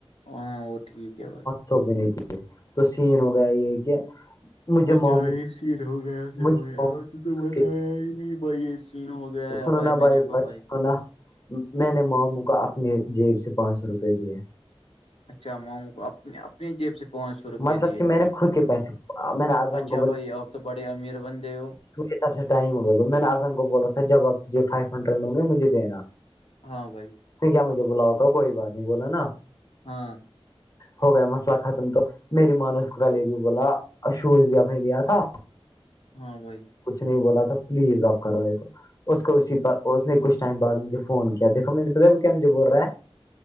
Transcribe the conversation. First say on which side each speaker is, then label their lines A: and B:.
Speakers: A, on the left; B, on the left.
A: ہاں وہ ٹھیک ہے بھائی
B: سوپی نہیں دیے تو سین ہو گیا یہ کہ مجھے
A: <unintelligible>
B: مام
A: سین ہو گیا تھا
B: مجھے
A: بائی
B: مام
A: آ تو بتایا
B: کے
A: ہی نہیں بھائی یہ سین ہو گیا ہے
B: سنو
A: بھائی
B: نا
A: میرے کو
B: بات
A: بھائی
B: سنو نا میں نے ماموں کو اپنی جیب سے پانچ سو روپئے دیے
A: اچھا ماموں کو اپنے اپنی جیب سے پانچ سو روپئے
B: مطلب
A: دیے
B: کہ میں نے خود کے پیسے میں نے آزان
A: اچھا بھائی اب تو بڑے امیر بندے ہو
B: مجھے طر سے ٹائم ہو گ ب میں نے اظم کو بولا تھا جب آپ تجھے فائیو ہنڈریڈ ہ گے مجھے دینا
A: ہاں بھائی
B: نہیں کیا مجھے بلاؤگا کوئی بات نہیں بولا نا
A: ہاں
B: ہو گیا مسئلہ ختم تو میری ماں نے اس کو گال بھی بولا شوز بھی اپپ نے لیا تھا
A: ہاں بھائی
B: کچھ نہیں بولا تھا پلیز آپ کر رہے تو اس کو اسی پر اس نے کچھ ٹائم بد مجھے فون کیا دیکھو مجھے بت کیا مجھے بول رہا ہے